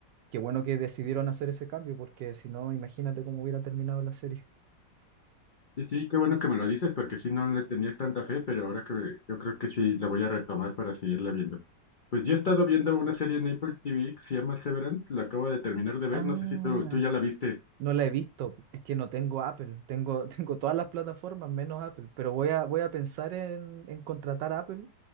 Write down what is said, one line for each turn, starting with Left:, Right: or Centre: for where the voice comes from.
Right: qué bueno que decidieron hacer ese cambio, porque si no, imagínate cómo hubiera terminado la serie.
Left: Sí, sí, qué bueno que me lo dices, porque sí no le tenía tanta fe, pero ahora que yo creo que sí la voy a retomar para seguirla viendo. Pues yo he estado viendo una serie en Apple TV que se llama Severance, la acabo de terminar de ver,
Right: Ah.
Left: no sé si tú, tú ya la viste.
Right: No la he visto, es que no tengo Apple, tengo, <laughs> tengo todas las plataformas menos Apple, pero voy a, voy a pensar en, en contratar a Apple,